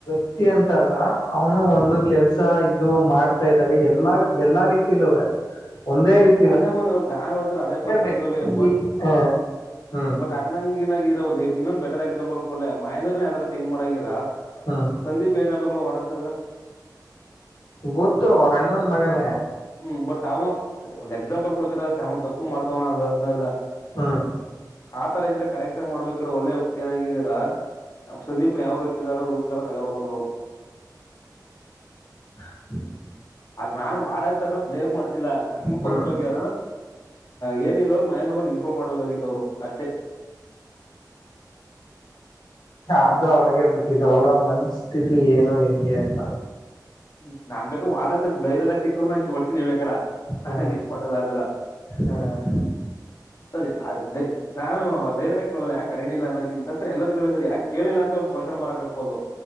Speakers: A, on the left; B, on the left.
A: ವ್ಯಕ್ತಿ ಅಂತಲ್ಲ ಅವನು ಒಂದು ಕೆಲ್ಸ ಇದು ಮಾಡ್ತಾ ಇದ್ದಾಗ ಎಲ್ಲಾ ಎಲ್ಲಾ ರೀತಲ್ಲ ಒಂದೇ ರೀತಿ
B: ಅದೇ ಮನ ಅವ ದಾ ಹಳ್ತ ಅದೇ ಪರ್ಸ್ಪೆಕ್ಟ್
A: ವ್ಯಕ್ತಿ
B: ಲೇ ಬಟ್
A: ಹ ಹ್ಮ್
B: ಬಟ್ ಅನ್ನಂಗಿನಾಗರ ಒಂದ ಇನ್ನೊಂದು ಬೆಟರ್ ಎಕ್ಸಾಂಪಲ್ ಕೊಡ್ಲ ಮಹೇಂದ್ರನ ಯಾವರ ತಿಂಗ್ ಮಾಡಗಿರ
A: ಹಾ
B: ಸಂದೀಪ್ ಏನ ಆಖಬೇಕು ಒಡನ ಸರ್ ಗ
A: ಗೊತ್ತು ಅವರ ಅಣ್ಣೊಂದ ಮಗನೆ
B: ಹ್ಮ್ ಬಟ್ ಅವ್ ಒಂದು ಎಕ್ಸಾಂಪಲ್ ಕೊಡ್ತನೆ ಅಷ್ಟೇ ಅವನ್ ತಪ್ಪು ಮಾಡ್ದವ್ ಅದದಲ್ಲ.
A: ಹಾ
B: ಆತರ ಇದ್ರೆ ಕರೆಕ್ಷನ್ ಮಾಡ್ಬೇಕ್ರೆ ಒಳ್ಳೆ ವ್ಯಕ್ತಿ ಏನಾಗಿದೀರಾ ಸಂದೀಪ್ನ ಯಾವ್ ಕಾರ ಊಟ್ಗಾರ ತಗೊ ಬರಬೇಕ್ ಅವರು
A: ಹ
B: ಅದ್ ನಾನ್ ವಾರದಾ ಸರ್ ನಾ ಬ್ಲೇಮ್ ಮಾಡ್ತಿಲ್ಲ ನನ್
A: ಹ್ಮ್
B: ಪರ್ಸ್ಬೇಕು ಏನಲ್ವಾ ಚಿನ್ನಿ ಹೋಗ್ ಮನೇಲಿ ಒಂದು ಇನ್ಫಾರ್ಮ್ ಮಾಡ್ ಬಹುದಿತ್ತ್ ಅಷ್ಟೇ.
A: ಅದು ಅವ್ರಿಗೆ ಬಿಟ್ಟಿದ್ದ್ ಅವ್ರ ಮನ್ಸ್ ಸ್ಥಿತಿ ಏನೋ ಹೆಂಗೆ ಅಂತ.
B: ಹ್ಮ್ ನಾನ್ ಬೇಕು ವಾರ್ಡನ್ ಸರ್ ಡೈರೆಕ್ಟ್ ಆಗಿ ಸಿಕ್ಕರು ನಾನ್ ಕೇಳ್ತೀನಿ ಬೇಕಾರೆ. ನನ್ನೇನ್
A: ಹ್ಮ್
B: ಇದ್ ಮಾಡಲ್ಲ ಆತರ
A: ಹ್ಮ್
B: ಸರಿ ಅದ್ ಬೇಕ್ ನಾನು ಡೈರೆಕ್ಟ್ ಆಗಿ ಕೇಳಲ್ಲ ಯಾಕೆ ಕರೇನಿಲ್ಲ ಅನ್ನನಗಿಂತ ಸರ್ ಎಲ್ಲರೂ ಕ ಹೇಳಿದ್ರೆ ಯಾಕ್ ಕೇಳಿಲ್ಲ ಅಂತ ಒಂದ್ ಕೋಷನ್ ಮರಕ್ ಆಕ್ಬಹುದು.